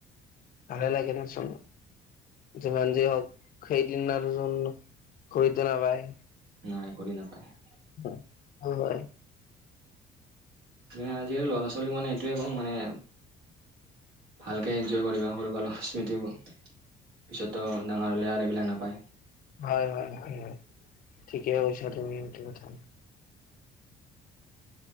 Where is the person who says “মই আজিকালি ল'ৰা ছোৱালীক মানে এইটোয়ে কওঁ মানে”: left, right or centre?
Right